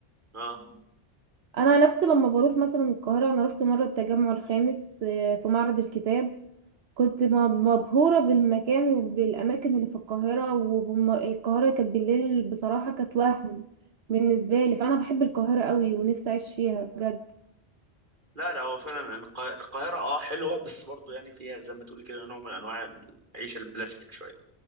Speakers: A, on the right; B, on the right.
A: اه
B: انا نفسي لما بروح مثلا القاهرة انا رحت مرة التجمع الخامس آه، في معرض الكتاب كنت م- مبهورة بالمكان وبالاماكن اللي في القاهرة والقاهرة كانت بالليل بصراحة كانت وهم بالنسبة لي فانا بحب القاهرة قوي ونفسي اعيش فيها بجد
A: لا لا هو فعلا الق- القاهره اه حلوه بس برضو يعني فيها زي ما تقولي كده نوع من انواع العيشه البلاستيك شويه